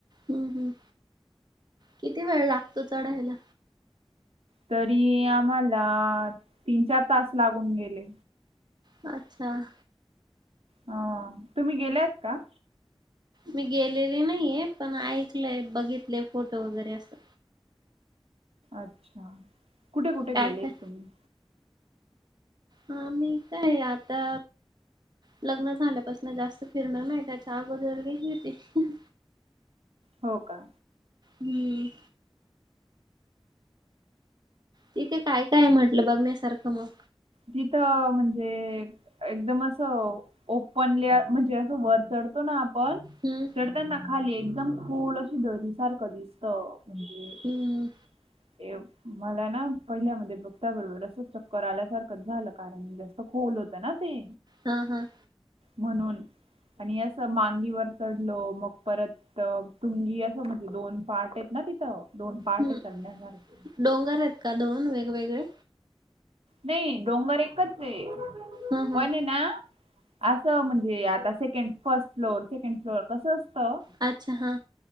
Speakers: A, on the right; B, on the right.
A: हम्म हम् किती वेळ लागतो चढायला
B: तरी आम्हालाआ तीन चार तास लागून गेले
A: हम्म
B: हम्म तुम्ही गेलेत का?
A: मी गेलेले नाहीये पण ऐकलय बघितले फोटो वगैरे असं
B: अच्छा कुठे कुठे
A: काय
B: गेलेत
A: काय
B: तुम्ही
A: आम्ही काय आता लग्न झाल्यापासून जास्त फिरणं नाही त्याच्या अगोदर बगीटले होते हा हा
B: हो का
A: हुम्म तिथे काय काय म्हटलं बघण्यासारखं मग?
B: तिथं अ म्हणजे एकदम असं ओपनली म्हणजे असं वर चडतो ना आपण
A: हुम्म
B: चडता ना खाली एकदम खोल अशी दरीसारख दिसत म्हणजे
A: हम्म
B: मला ना पहिल्या म बघता बरोबर असं चक्कर आल्यासारखं झालं कारण जं खोल होत ना ते
A: हम्म हम्म
B: म्हणून आणि अस मांगीवर चढलो मग परत तर तुमी असं म्हणजे दोन पार्ट आहेत ना तिथं दोन पार्ट
A: हम्म
B: आहे चढण्यासारखे
A: डोंगर आहेत का दोन वेगवेगळे?
B: नाही डोंगर एकचंय
A: हं हं
B: पण आहे ना आसं म्हणजे आता सेकंड-फर्स्ट फ्लोअर सेकंड फ्लोअर कसं असतं?
A: अच्छा हा